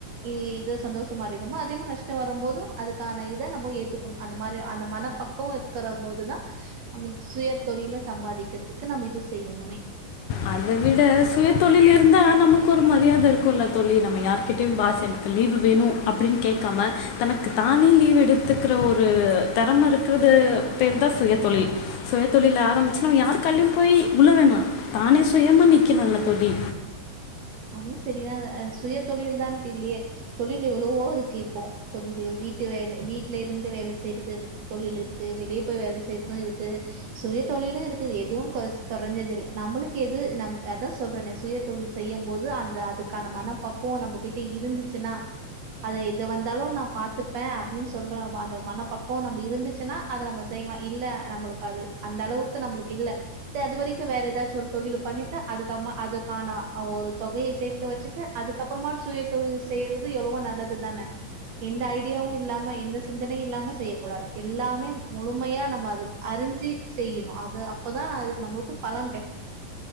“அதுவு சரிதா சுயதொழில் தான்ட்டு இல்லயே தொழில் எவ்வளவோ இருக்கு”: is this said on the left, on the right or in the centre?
Right